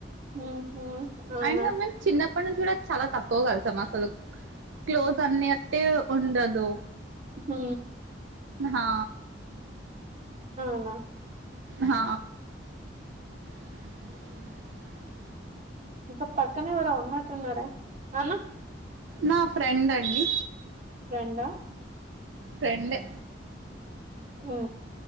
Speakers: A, on the right (about 40°); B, on the right (about 80°).
A: ఉహు అవునా
B: అయినా మేము చిన్నప్పటి నుంచి కూడా చాలా తక్కువ కలుసాం అసలు క్లోజ్ అన్నియట్టు ఉండదు
A: హు
B: హా
A: అవునా
B: హ <inaudible>
A: ఇంకా పక్కన ఎవరో ఉన్నట్టున్నరే అన్న
B: నా ఫ్రెండ్ అండి
A: ఫ్రెండా
B: ఫ్రెండే
A: ఉ